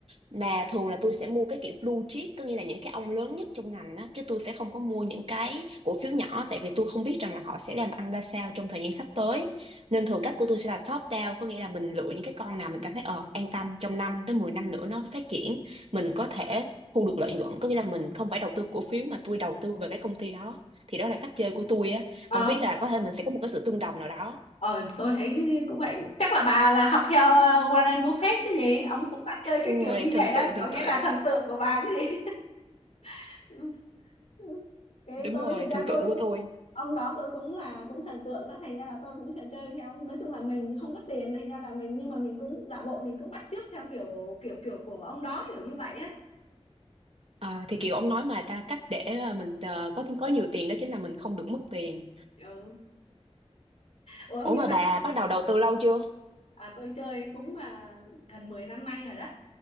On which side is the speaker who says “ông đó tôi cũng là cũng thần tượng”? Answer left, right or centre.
Left